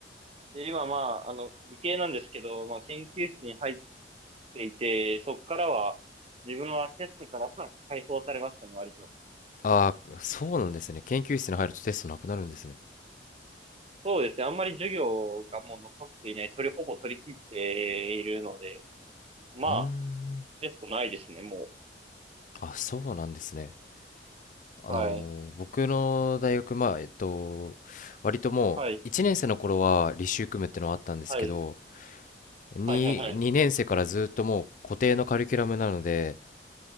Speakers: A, on the right (about 35°); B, on the left (about 45°).
A: で、今まあ、あの、理系なんですけど、まあ研究室に入っていて、そこからは、自分はテストからまあ解放されましたね、割と。
B: ああ、そうなんですね。研究室に入るとテストなくなるんですね。
A: そうですね。あんまり授業がもう残っていない。取り、ほぼ取り切っているので、まあ、
B: うーん、
A: テストないですね、も
B: あ、そうなんですね。あのー僕の大学、
A: う。はい。
B: まあ、えっと、割ともう1年生の頃は履修組むってのはあったんですけど、
A: はい。はい。
B: 2、
A: はいはいはい。
B: 2年生からずっともう固定のカリキュラムなので、